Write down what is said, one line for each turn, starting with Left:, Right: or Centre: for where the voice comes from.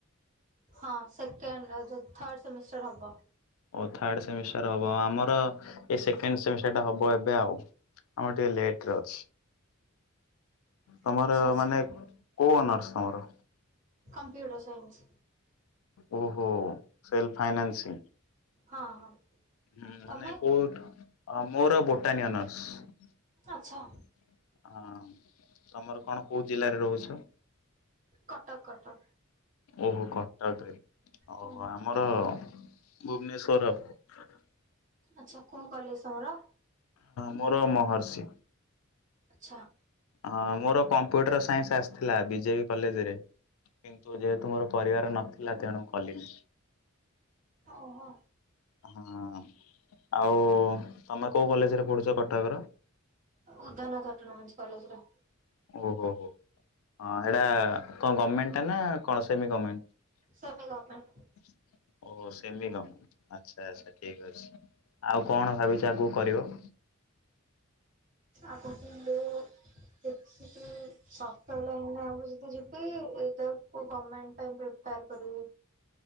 Right: ହଁ ସେକେଣ୍ଡ ଏ ଯୋଉ ଥାର୍ଡ଼ ସେମିଷ୍ଟାର୍ ହବ।
Left: ଓ ଥାର୍ଡ ସେମିଷ୍ଟାର ହବ। ଆମର ଏ ସେକେଣ୍ଡ ସେମିଷ୍ଟାର ଟା ହବ ଏବେ ଆଉ। ଆମର ଟିକେ ଲେଟ୍ ରେ ଅଛି। ତମର
Right: ଆଚ୍ଛା ଆଚ୍ଛା
Left: ମାନେ କୋଉ ଅନରର୍ସ ତମର?
Right: Computer science.
Left: ଓ ହୋ ସେଲଫ୍ ଫାଇନ୍ସାସିଙ୍ଗ୍
Right: ହଁ ହଁ।
Left: ହୁଁ ମାନେ
Right: ତମେ
Left: କୋଉଠ ଅ ମୋର ବୋଟାନି ଅନରର୍ସ।
Right: ଆଚ୍ଛା
Left: ହଁ ତୋମର କଣ କୋଉ ଜିଲ୍ଲାରେ ରହୁଛ?
Right: କଟକ କଟକ
Left: ଓ ହୋ କଟକରେ ଓ
Right: ହୁଁ
Left: ହୋ ଆମର ଭୁବନେଶ୍ବର ଆଉ।
Right: ଆଛା କଣ କଲେ ସହର
Left: ମୋର ମହର୍ଷି
Right: ଆଛା।
Left: ହଁ ମୋର କମ୍ପ୍ୟୁଟର ସାଇନ୍ସ୍ ଆସିଥିଲା ବି ଜେ ବି କଲେଜ୍ ରେ କିନ୍ତୁ ଯେହେତୁ ମୋର ପରିବାର ନ ଥିଲା ତେଣୁ କଲିନି
Right: ଓହୋ
Left: ହୁଁ। ଆଉ ତମେ କୋଉ କଲେଜରେ ପଢୁଛ କଟକର?
Right: ଅ ଉଦାନ ଅଟନୋମସ୍ କଲେଜରେ।
Left: ଓ ହୋ ହୋ ହଁ ସେଇଟା କଣ ଗମେଣ୍ଟ୍ ଟା ନା କଣ ସେମି ଗମେଣ୍ଟ୍
Right: ସେମି ଗଭର୍ଣମେଣ୍ଟ
Left: ଓ ହୋ ସେମି ଗମେଣ୍ଟ୍। ଆଛା ଆଛା ଠିକ୍ ଅଛି ଆଉ କଣ ଭାବିଛ ଆଗକୁ କରିବ? <inaudible>
Right: ଆଗକୁ ମୁଁ କିଛି ବି ସତରରେ ଏଇନା ମୁଁ ଯଦି ଯିବି ଏକ ବେଳକୁ ଗମେଣ୍ଟ୍ ଇନକ୍ଲିଉଡ୍ କରି ପାରିବି।